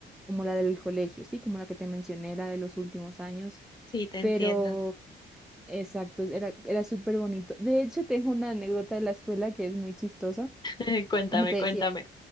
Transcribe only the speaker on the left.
Sí, te entiendo.
<laughs> Cuéntame,
cuéntame.